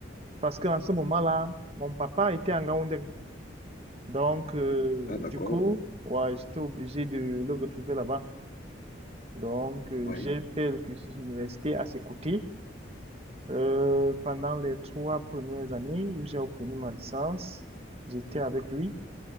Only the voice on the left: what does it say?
Ah, d'accord.
Oui,